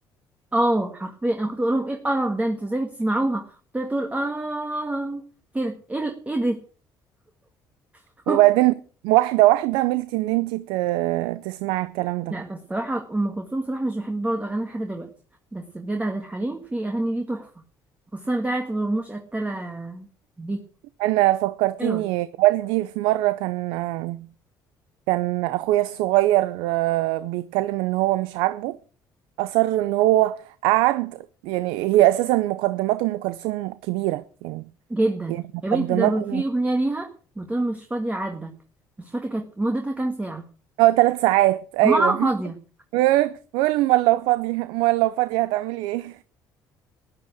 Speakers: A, on the right (about 15°); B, on the right (about 85°).
A: اه حرفيا انا كنت بقول لهم ايه القرف ده انتوا ازاي بتسمعوها كنت تقول اه كده ايه ال- ايه ده <laughs>
B: وبعدين واحده واحده ملتي ان انتي ت- تسمعي الكلام ده
A: لا بس صراحه ام كلثوم صراحه مش بحب برضه اغاني لحد دلوقتي بس بجد عبد الحليم في اغاني ليه تحفه خصوصا بتاعه ورموش قتله دي
B: انا فكرتيني
A: حلوه
B: والدي في مره كان آه، كان اخويا الصغير آه، بيتكلم ان هو مش عاجبه أصر إن هو قعد يعني هي أساسا مقدمات أم كلثوم كبيرة يعني
A: جدا
B: يعني مقدمات
A: يا بنتي ده
B: أم-
A: في اغنيه ليها بتقول مش فاضيه عاتبك مش فاكره كانت مدتها كام ساعه
B: اه ثلاث ساعات أيوه
A: دماغها فاضية
B: <laughs> بيقول بيقول أمال لو فاضية أمال لو فاضية هتعملي إيه